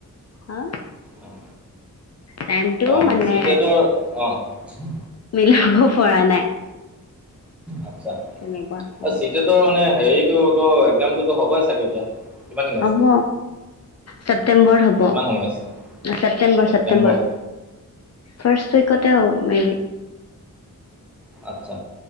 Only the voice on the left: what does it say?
হা।
টাইমটো
মানে
লাভ পৰা নাই।
তেনেকুৱা অ',
হ'ব ছেপ্তেম্বৰ হ'ব।
ছেপটেম্বৰ
ছেপটেম্বৰ ফাৰ্ষট উইকতে হ মে বি